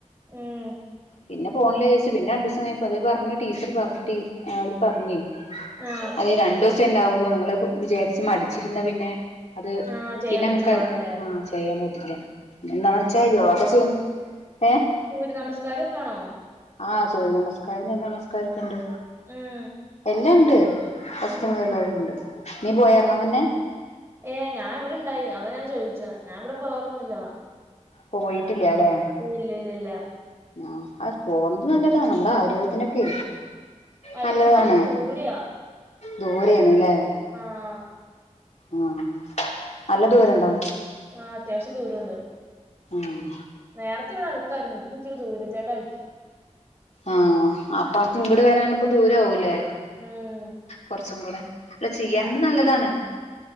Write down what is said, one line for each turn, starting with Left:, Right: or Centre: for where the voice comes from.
Right: ഉം
Left: പിന്നെപോണില്ല്യാന്ന് വിചാരിച് പിന്നെരണ്ടൂസം കയിഞ്ഞപ്പോഅത് പറഞ്ഞു ടീച്ചർപറഞ്ഞടീഅവര് പറഞ്ഞേ
Right: ആഹ്
Left: അതെരണ്ടൂസെണ്ടാവൊള്ളൂ നമ്മളെ വിചാച്ചു മടിച്ചിരിന്നാ പിന്നെ അത്പിന്നെങ്ങക്ക
Right: ആഹ് ചെയ്യാൻ പറ്റില്ലാന്നല്ലേ
Left: ആഹ് ചെയ്യാൻപറ്റില്ല്യാ ന്നാവെച്ചാ യോഗ ചെയ്യ് ഏഹ്
Right: സൂര്യനമസ്കാരൊക്കണോ
Left: ആഹ്സൂര്യനമസ്കാരം ചന്ദ്രനമസ്കാരോക്കെണ്ട്
Right: ഉം
Left: എല്ലാണ്ട് <unintelligible>
Right: ഉം
Left: ഇണ്ട് നീ പോയാരുന്നോ മുന്നെ
Right: ഏഹ് ഞാൻ ഇവിടെണ്ടായി അവഞാൻ ചോയിച്ചാ ഞാൻ ഇവിടെ പോവാറൊന്നില്ല്യ
Left: പോയിട്ടില്യാല്ലേ
Right: ഇല്ല്യ ഇല്ല ഇല്ല
Left: ആഹ് അത് പോണത് നല്ലതാണ് നമ്മടെ ആരോഗ്യത്തിനൊക്കെ
Right: ആ, ഇവിടുന്ന്
Left: നല്ലതാണ്
Right: കുറച്ച് ദൂരെയാ
Left: ദൂരേണ് ലെ
Right: ആഹ്
Left: ആഹ് നല്ലദൂരണ്ടോ
Right: ആഹ് അത്യാവശ്യം ദൂരൊണ്ട്
Left: ആഹ്
Right: നേരത്തെ ഇവിടെ അടുത്തായിറുന്നു ച്ചിരിദൂരജടാക്കി
Left: ആഹ് അപ്പനക്ക്ഇങ്ങട് വരാന്ഇപ്പ ദൂരവൂല്ലേ
Right: ഉം
Left: കൊർച്ചുംകൂടെ ചെയ്യേണ്ട്
Right: ആ
Left: നല്ലതാണ്